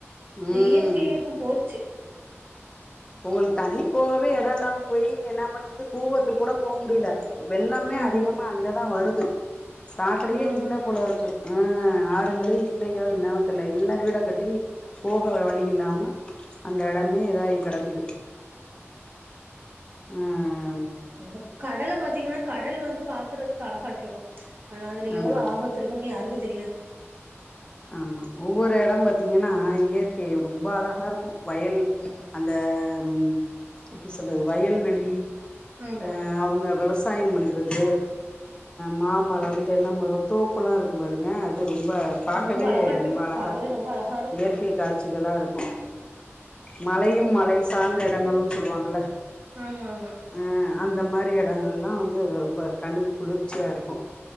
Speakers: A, on the right; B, on the left.
A: இந்த
B: ம்
A: இயற்கைய எப்ப போச்சு <unintelligible>
B: ஒங்களுக்கு தண்ணி போகவே எடொ இல்லாம போயி என்ன பண்ணிருது கூவத்துக்கு கூட போக முடியல வெள்ளமே
A: ஆமா
B: அதிகமா அங்கெ தா வருது சாக்கடையே
A: ஆமா
B: இல்ல
A: ஆமா
B: போலருக்கு அ ஆறுங்களே இல்லையோ இன்னமோ தெர்ல எல்லா வீட கட்டி போக வழி இல்லாம அந்த எடமே இதாயி கெடக்குது ம்
A: ம் கடல பாத்திங்ன்னா கடல் வந்து பாக்குறதுக்கு அழகாட்டு இருக்கு ஆனா அதுல
B: ஆமா
A: எவ்ளோ ஆபத்து இருக்குன்னு யாருக்கு தெரியாது
B: ஆமா ஒவ்வொரு எடொ பாத்திங்கன்னா இயற்கை ரொம்ப அழகா இருக்கு வயல் அந்த ம் எப்டி சொல்றது வயல்வெளி
A: ஆமா
B: அ அவுங்க வெவசாய வெவசாயம் பண்றது மா மரொ தென்ன மரொ தோப்பல்லா இருக்கு பாருங்க ரொம்ப பாக்கவே
A: ரொம்ப அழகாட்ருக்கு
B: ரொம்ப அழகா
A: பாக்கவே
B: இருக்கு
A: ரொம்ப அழகா இருக்கு
B: இயற்கை காட்சிகளா இருக்கு மழையும் மழை சார்ந்த இடங்களும் சொல்லுவாங்கல்ல
A: ஆமா ஆமா
B: அ அந்த மாரி எடங்கள்லா வந்து ரொம்ப கண்ணுக் குளுர்ச்சியா இருக்கு